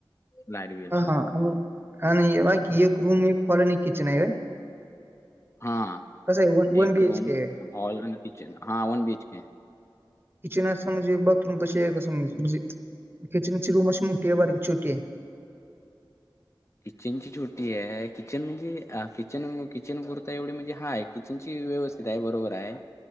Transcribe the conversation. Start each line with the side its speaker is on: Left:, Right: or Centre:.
Left: लाईट बिलचा
Right: ह हा आणि, आणि बग एक रूम, एक कॉलनी एक किचन आहे काय.
Left: हा
Right: <inaudible> कस आहे व वन
Left: एक
Right: बीएच
Left: रूम
Right: के आहे.
Left: हॉल आणि किचन हां one B H K.
Right: Kitchen अस म्हणजे बाथरूम कशी आहे काजे म्हणजे किचनची रूम अशी मोठी आहे बारकी छोटी आहे.
Left: किचन ची छोटी आहे किचन म्हणजे किचन किचन कुर्ता एवढी म्हणजे हाय कि. त्यांची व्यवस्थित आहे बरोबर आहे.